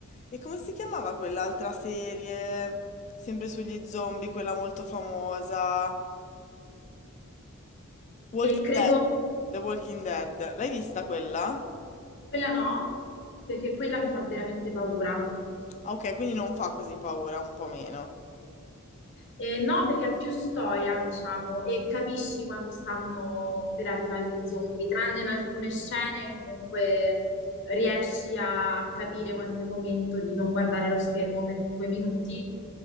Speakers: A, on the left; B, on the left.
A: E come si chiamava quell'altra serie, sempre sugli zombie, quella molto famosa? Walking
B: E credo
A: Dead. The Walking Dead. L'hai vista quella?
B: quella no, perché quella mi fa veramente paura.
A: Ah, ok, quindi non fa così paura, un po' meno.
B: Eh, no, perché è più storia, diciamo, e capisci quando stanno per arrivare gli zombie, tranne in alcune scene comunque riesci a capire quando è il momento di non guardare lo schermo per due minuti